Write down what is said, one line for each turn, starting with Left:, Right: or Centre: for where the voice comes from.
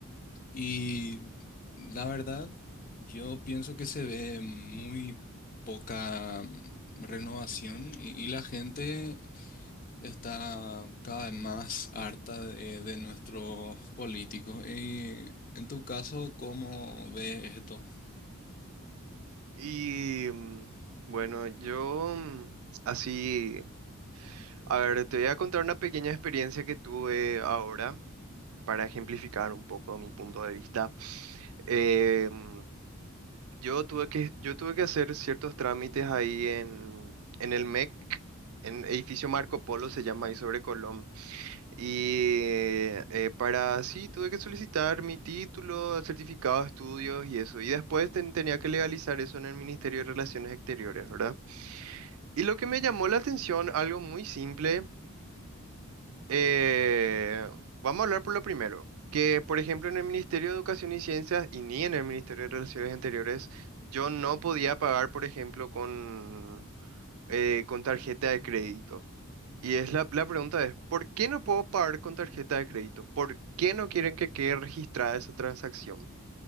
Left: Y la verdad, yo pienso que se ve muy poca mm, renovación y, y la gente está cada vez más harta de, de nuestros políticos. Y en tu caso, ¿cómo ves esto?
Right: Y mm, bueno, yo mm, así, a ver, te voy a contar una pequeña experiencia que tuve ahora para ejemplificar un poco mi punto de vista. Em, yo tuve que, yo tuve que hacer ciertos trámites ahí en, en el MEC, en edificio Marco Polo se llama ahí sobre Colón. Y eh, para sí, tuve que solicitar mi título, certificado de estudios y eso. Y después ten- tenía que legalizar eso en el Ministerio de Relaciones Exteriores, ¿verdad? Y lo que me llamó la atención, algo muy simple, eh, vamos a hablar por lo primero, que por ejemplo en el Ministerio de Educación y Ciencias y ni en el Ministerio de Relaciones Exteriores, yo no podía pagar, por ejemplo, con eh, con tarjeta de crédito. Y es la, la pregunta es, ¿por qué no puedo pagar con tarjeta de crédito? ¿Por qué no quieren que quede registrada esa transacción?